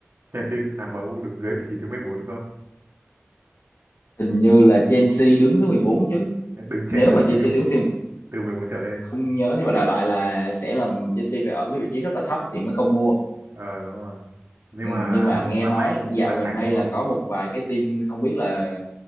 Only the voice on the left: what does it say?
hình như là Chelsea đứng thứ 14 chứ
nếu
mà
Chelsea
đứng
thì
không nhớ nhưng mà đại loại là sẽ làm Chelsea phải ở cái vị trí rất là thấp thì mới không mua
ừ,
nhưng mà
nghe
nói
dạo
gần
đây là có một vài cái tin không biết là